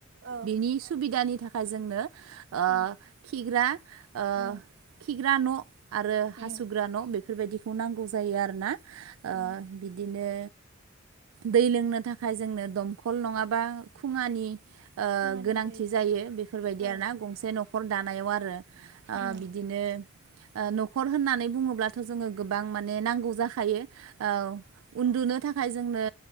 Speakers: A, on the right; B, on the right.
A: औ
B: बेनि सुबिदानि थाखाय जोंनो ओ
A: उम
B: खिग्रा ओ
A: उम
B: खिग्रा न' आरो
A: उम
B: हासुग्रा न' बेफोरबायदिखौ नांगौ जायो आरो ना
A: उम
B: ओ बिदिनो दै लोंनो थाखाय जोंनो दंखल नङाबा खुङानि ओ
A: खुङानि
B: गोनांथि
A: दै
B: जायो बेफोरबायदि
A: औ
B: आरोना गंसे न'खर दानायाव आरो ओ
A: उम
B: बिदिनो ओ न'खर होननानै बुङोब्लाथ' जोङो गोबां माने नांगौ जाखायो औ उन्दुनो था खाहाय जोंनो